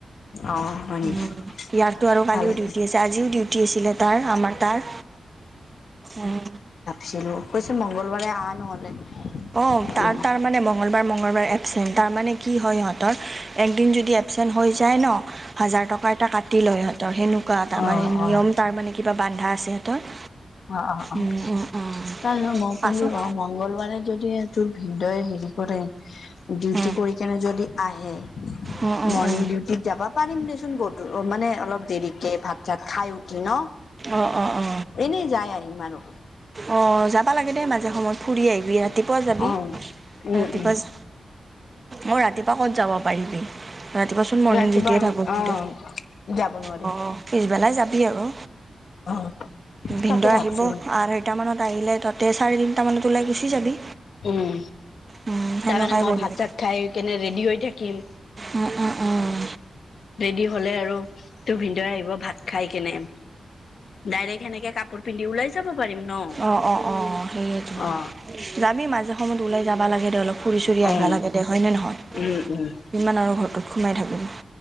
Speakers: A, on the left; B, on the right.
A: অ', হয় নেকি
B: উম ইয়াততো আৰু কালিও
A: ভাল লাগে
B: ডিউটি আছে আজি ডিউটি আছিলে তাৰ আমাৰ তাৰ উম।
A: ছিলোঁ, কৈছে মংগলবাৰে আঁহ নহ'লে।
B: অঁ
A: অ',
B: তাৰ তাৰমানে মঙলবাৰ - মঙলবাৰ এপচেণ্ট তাৰমানে কি হয় সিহঁতৰ একদিন যদি এবচেণ্ট হৈ যায় ন হাজাৰ টকা এটা কাটি লয় সিহঁতৰ সেনেকুৱা এটা মানে
A: অ',
B: নিয়ম
A: অ',
B: তাৰ মানে কিবা বান্ধা আছে সিহঁতৰ?
A: অ অ অ,
B: উম, উম, উম,
A: তললে মই কলো
B: পাছত
A: ৰ মংগলবাৰে যদি এয়া তোৰ ভিনদই হেৰি কৰে ডিউটি
B: উম,
A: কৰি কেনে যদি আহে,
B: উম, উম,
A: মৰ্ণিং
B: উম,
A: ডিও দিঠ যাবা পাৰিম দেচোন, গধ মানে অলপ দেৰিকে ভাত চাত খাই উঠি ন?
B: অ অ অ।
A: এনেই যায় আহিম আৰু।
B: অঁ যাবা লাগে দেই মাজে সময়ত ফুৰি আহিবি ৰাতিপুৱা যাবি,
A: অ উম
B: ৰাতিপুৱা
A: উম
B: য মই ৰাতিপুৱা ক'ত যাব পাৰিবি? ৰাতিপুৱাচোন মৰ্ণিং
A: ৰাতিপুৱা
B: ডিউটিয়ে থাকো কিন্তু
A: অ যাব নোৱাৰি
B: অ পিছবেলাই যাবি আৰু।
A: অ।
B: ভিনদেও
A: তাকে ভাবছো
B: আহিব, আঢ়ৈটা মানত আহিলে ততে চাৰে তিনটা মানত ওলাই গুচি যাবি।
A: উম,
B: উম, সেনেকুৱাই
A: তাৰমানে মই
B: কৰিবি
A: ভাত - চাত খাই কেনে ৰেডি হৈ থাকিম।
B: উম উম উম।
A: ৰেডি হ'লে আৰু তোৰ ভিনদৰে আহিব ভাত খাই কেনে। ডাইৰেক্ট সেনেকে কাপোৰ পিন্ধি ওলাই যাব পাৰি ন?
B: অঁ অঁ অঁঁ সেইয়েতো,
A: অ
B: যাবি মাজে সময়ত ওলাই যাবা লাগে ধৰি লক ফুৰি - চুৰি আহিবা
A: উম
B: লাগে দে হয়নে নহয়?
A: উম উম
B: যিমান আৰু ঘৰটোত সোমাই থাকিম?